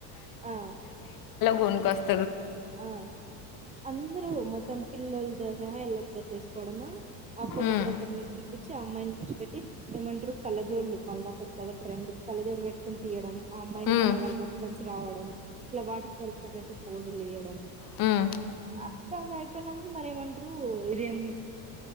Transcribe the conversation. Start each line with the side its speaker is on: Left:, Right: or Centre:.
Right: ఆ
Left: కొన్ కస్త్
Right: ఆ అందరూ మొత్తం పిల్లల్ లతో సహ ఎల్లో డ్రెస్ వేసుస్కోడమ్మా ఆ ఫోటోగ్రఫర్
Left: ఉమ్,
Right: ని పిలిపించి ఆ అమ్మాయిని కుర్చో బెట్ ఇహ్ ఏమంటరు కళ్ళజోడ్లు మళ్ళా కొత్తగా ట్రెండ్ కళ్ళజోడు వేటుకొని తీయడం. ఆ అమ్మాయిని
Left: ఉమ్,
Right: ఫ్లవర్ మధ్యలోంచి రావడం ఇట్లా వాటర్ సల్ తనట్టు పోదిలియాక్ డం
Left: హ్మ్
Right: ఆ అత్తంద అయిపోయినాక మరేమంటారు ఇదేం